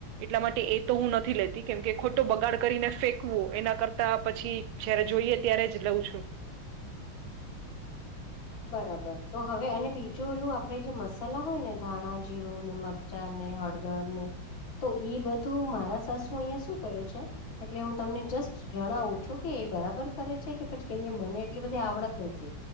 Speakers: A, on the right; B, on the left.
A: એટલા માટે એ તો હું નથી લેતી કેમકે ખોટ તો બગાડ કરીને ફેંકવું એના કરતા પછી જયારે જોઈએ ત્યારે જ લઉં છું.
B: બરાબર તો હવે અને બીજું એલું આપડે જે મસાલા હોય ને ધાણા જીરું ને મરચ ચા ને હળદર ને તો એ બધું મારા સાસુ અહિયાં શું કરે છે. એટલે હું તમને જસ્ટ જણાવું છો કે એ બરાબર કરે છે કે પછી કેમ કે મને એટલી બધી આવડત નથી.